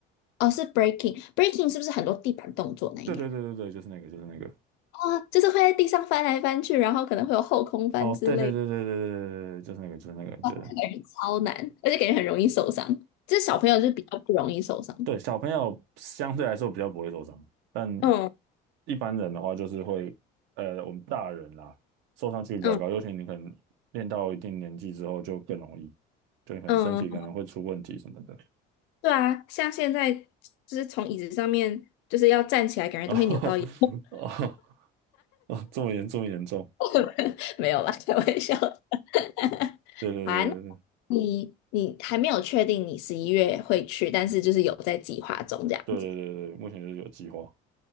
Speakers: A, on the left; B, on the right.
A: 哦，是 breaking，breaking 是不是很多地板动作那一个
B: 对对对对对，就是那个，就是那个。
A: 啊，哦，就是会在地上翻来翻去，然后可能会有后空翻之类的。
B: 哦，对对对对对对对，对就是那个，就是那个，
A: 哇，
B: 就是那个。
A: 那感觉超难，而且感觉很容易受伤。这小朋友就比较不容易受伤。
B: 哦对，小朋友相对来说比较不会受伤，但
A: 嗯
B: 一般人的话就是会，呃，我们大人啦，受伤几率比较高，
A: 嗯
B: 尤其你可能练到一定年纪之后就更容易，就你可能身体可能会出问题什么的。
A: 嗯，对啊，像现在就是从椅子上面就是要站起来，感觉都会扭到腰
B: <laughs> 哦哦哦，这么严重严重，
A: <laughs> 没有啦，开玩笑的。<laughs>
B: 对对对
A: 好啊，那你你还没有确定你十一月会去，但是就是有在计划中这样子。
B: 对对对对对，目前就是有计划。